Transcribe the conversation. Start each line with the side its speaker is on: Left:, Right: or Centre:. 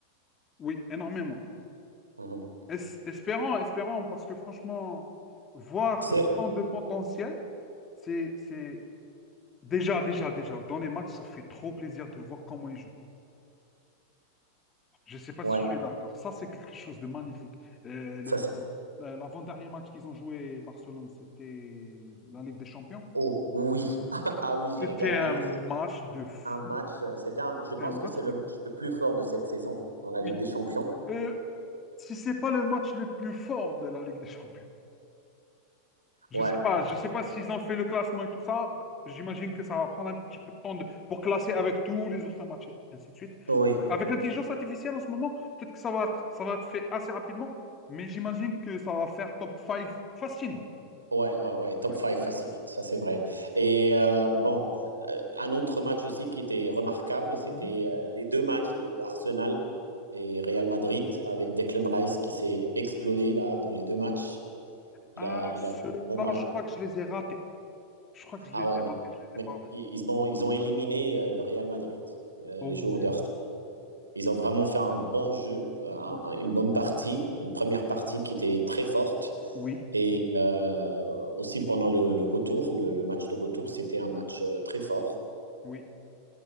Left: Oui, énormément.
Right: Mhm.
Left: Es- espérons, espérons, parce que franchement, voir
Right: C'est
Left: autant de potentiel, c'est, c'est déjà, déjà, déjà, dans les matchs, ça fait trop plaisir de voir comment ils jouent. Je ne sais pas
Right: Ouais,
Left: si tu es d'accord. Ça, c'est quelque chose de magnifique. Euh, le-
Right: ça c'est.
Left: la- L'avant-dernier match qu'ils ont joué, Barcelone, c'était la Ligue des Champions.
Right: Oh oui, <laughs> ah oui, j'ai
Left: C'était
Right: regardé.
Left: un match
Right: C'est
Left: de fou.
Right: un match. euh, C'était un... Je
Left: C'était
Right: pense
Left: un match
Right: que c'est le
Left: de...
Right: match le plus fort de cette saison dans la
Left: Oui.
Right: Ligue des Champions.
Left: Euh, si c'est pas le match le plus fort de la Ligue des Champions. Je
Right: Ouais,
Left: sais pas,
Right: ouais.
Left: je sais pas s'ils ont fait le classement et tout ça. Bah, J'imagine que ça va prendre un petit peu de temps de- pour classer avec tous les autres matchs et ainsi de suite.
Right: Oui.
Left: Avec l'intelligence artificielle en ce moment, peut-être que ça va être, ça va être fait assez rapidement, mais j'imagine que ça va faire top cinq facilement.
Right: Ouais, ouais, ouais. Top
Left: Ouais.
Right: 5 facile. Ça c'est vrai. Et euh, bon, euh, un autre match aussi qui était remarquable, c'était
Left: Mhm.
Right: euh, les deux matchs de Arsenal et Real Madrid avec Declan Rice qui s'est explosé là dans les deux matchs.
Left: Ah,
Right: Il a, il
Left: ceux-là,
Right: a fait un bon
Left: je crois que je les ai ratés. Je crois que je
Right: Ah
Left: les ai
Right: ouais, mais,
Left: ratés, je les
Right: mais
Left: ai pas vus.
Right: ils ont, ils ont éliminé euh, le Real Madrid euh,
Left: Oh
Right: les jours d'heure. Ils ont vraiment fait un bon jeu, euh, un-
Left: oui.
Right: un- une bonne partie, une première partie qui était très forte.
Left: Oui,
Right: Et euh, aussi pendant le, le retour, le, le match de retour, c'était un match euh, très fort
Left: oui,